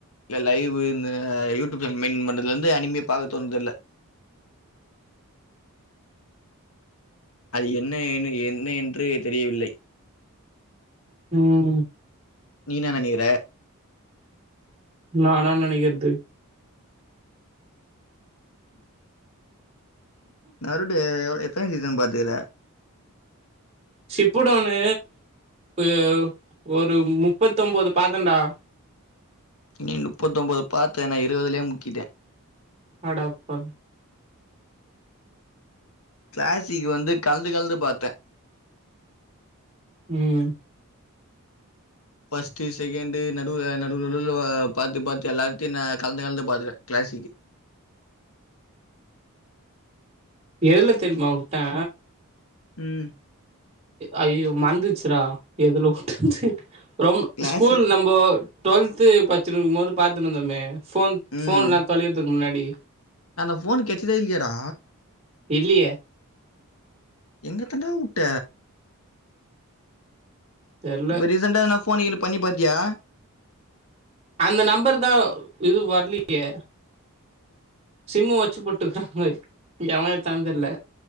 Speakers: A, on the left (about 70°); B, on the right (about 30°).
A: இல்ல லைவ்வு ம யூடியூப் சேனல் மெயின்டன் பண்றதுலந்து அனிமே பாக்க தோன்துல்ல அது என்ன என்ன என்ன என்றே தெரியவில்லை
B: ம்
A: நீ என்ன நெனைக்கிற
B: நா என்னா நெனைக்கற்து
A: நறுடு எவ் எத்தன சீசன் பாத்துக்கற
B: சிப்புடான்னு ஏ ஒரு முப்பத்தொம்போது பாத்தன்டா
A: நீ நுப்பத்தொம்போது பாத்த நா இருவதுலியே முக்கிட்டே
B: அடப்பாவி
A: க்ளாசிக் வந்து கலந்து கலந்து பாத்த
B: ம்
A: ஃபஸ்ட்டு செகெண்டு நடுல நடுல நடுல ஆ பாத்து பாத்து எல்லாத்தையு நா கலந்து கலந்து பாத்துட க்ளாசிக்கு
B: எதுல தெரியுமாவுட்ட
A: ம்
B: ஐயய்யோ மந்துச்சுரா எதுலவுட்டன்ட்டு ரொம்ப்
A: கிளாசிக்
B: ஸ்கூல் நம் போ டுவெல்த்து பட்ச்சின்னுருக்கும்போது பாத்துட்டுந்தோமே ஃபோன்
A: ம்
B: ஃபோன்லா தொலையறதுக்கு முன்னாடி
A: அந்த ஃபோன்னு கெட்ச்சிதா இல்லையாடா
B: இல்லியே
A: எங்க தான்டாவுட்ட
B: தெர்ல
A: இப்ப ரீசண்ட்டா எதனா ஃபோன்னு கீன்னு பண்ணி பாத்தியா
B: அந்த நம்பர்தா இது வர்லியே சிம்மு ஒட்ச்சசி போட்ருக்கா போல எவ எடுத்தான் தெர்ல